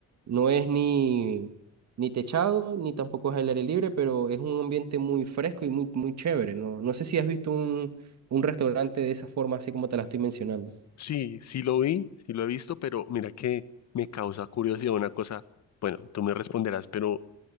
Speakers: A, on the right; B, on the left.
A: no es ni, ni techado, ni tampoco es al aire libre, pero es un ambiente muy fresco y muy, muy chévere, ¿no? No sé si has visto un, un restaurante de esa forma, así como te la estoy mencionando.
B: Sí, sí lo vi, sí lo he visto, pero mira que me causa curiosidad una cosa. Bueno, tú me responderás, pero